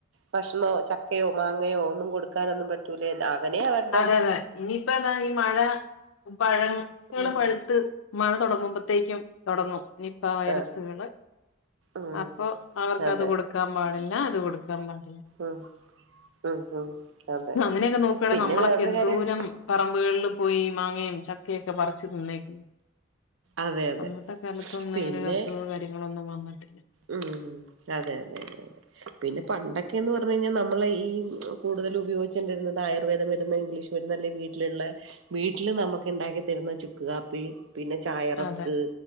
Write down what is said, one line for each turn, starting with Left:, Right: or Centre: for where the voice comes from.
Right: ഭക്ഷണോ ചക്കയോ മാങ്ങയോ ഒന്നും കൊടുക്കാനൊന്നും പറ്റൂലേ. <unintelligible> അങ്ങനെ അവൻ
Left: അതെ അതെ ഇനിയിപ്പോ ഇതാ ഈ മഴ പഴങ്ങൾ
Right: ഉം
Left: പഴുത്ത് മഴ തൊടങ്ങുമ്പോത്തേക്കും തൊടങ്ങും നിപ്പ വൈറസുകള്
Right: ആ ഉം
Left: അപ്പൊ അവർക്കത്
Right: അതെ
Left: കൊടു ക്കാൻ പാടില്ല അത് കൊടുക്കാൻ പാട
Right: ഉം ഉം ഉം അതെ
Left: അങ്ങനെയൊക്കെ നോക്കുകയാണെ
Right: പിന്നെ
Left: നമ്മളൊക്കെ
Right: വേറൊരു
Left: എന്തോരം
Right: കാര്യണ്ട്
Left: പറമ്പുകളിൽ പോയി മാങ്ങയും ചക്കയൊക്കെ പറിച്ച് തിന്നേക്ക്‌
Right: അതെ അതെ
Left: അന്നത്തെ കാലത്തൊന്നും
Right: പിന്നെ
Left: അങ്ങനെ അസുഖോ കാര്യങ്ങളോ ഒന്നും വന്നിട്ടില്ല
Right: ഉം അതെ അതെ അതെ അതെ പിന്നെ പണ്ടൊക്കെ എന്ന് പറഞ്ഞു കഴിഞ്ഞാ നമ്മൾ ഈ കൂടുതൽ ഉപയോഗിച്ചുകൊണ്ടിരുന്നത് ആയുർവേദ മരുന്ന് ഇംഗ്ലീഷ് നല്ല വീട്ടിലുള്ള വീട്ടിൽ നമുക്ക് ഇണ്ടാക്കി തരുന്ന ചുക്ക് കാപ്പി പിന്നെ ചായ റസ്ക്
Left: അതെ